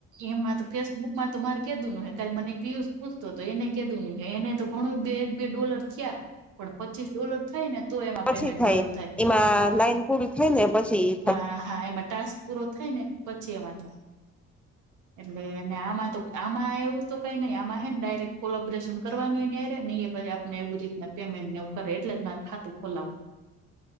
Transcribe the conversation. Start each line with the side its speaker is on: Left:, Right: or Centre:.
Right: એમાં તો ફેસબુક માં તો મારે કધું ન હે કાલે મને એ પીયુસ પૂછતો તો એને કધું નું હે એને તો ઘણું બે એક બે ડોલર થયા પણ પચીસ ડોલર થઈ ને તો એમાં
Centre: પછી
Right: પેમેન્ટ ચાલુ થાય
Centre: એમાં
Right: હા
Centre: લાઈન પૂરી થાય ને પછી
Right: હા હા એમાં ટાસ્ક પૂરો થાય ને પછી એમાં થાય એટલે આમાં તો આમાં એવું તો કઈ નઈ આમાં હ ને ડાયરેક્ટ કોલોબરેશન કરવાનુંય ને નહી પછ આપણે એવવી જ રીતના પેમેન્ટવ કરે એટલે જ મા ખાતું ખોલાવું